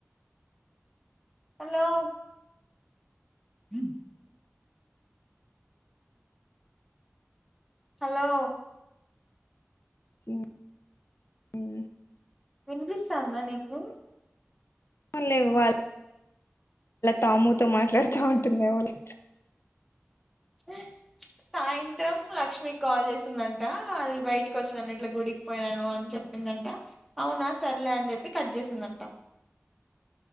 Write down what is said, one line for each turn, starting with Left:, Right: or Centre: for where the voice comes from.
Centre: హలో హ హలో
Left: మ్ మ్
Centre: వినిపిస్తాందా నీకు
Left: లే వాళ్ళ తాముూతో మాట్లాడుతా ఉంటుందేమే లె
Centre: ఆ సాయంత్రం లక్ష్మిీకి కాల్ చేసిందంట అది బయటకి వచ్చాను ఇట్లా గుడికి పోయినాను అని చెప్ దంట అవునా సరలే అని చెప్పి కట్ చేసిందంట